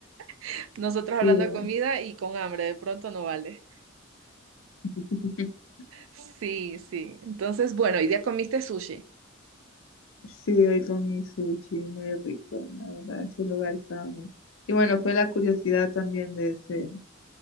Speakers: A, on the right; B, on the left.
A: <laughs> nosotros hablando
B: Sí.
A: de comida y con hambre, de pronto no vale.
B: <laughs>
A: Sí, sí, entonces, bueno, y ya comiste sushi,
B: Sí, hoy comí sushi, muy rico, la verdad, ese lugar estaba muy... Y bueno, fue la curiosidad también de ese,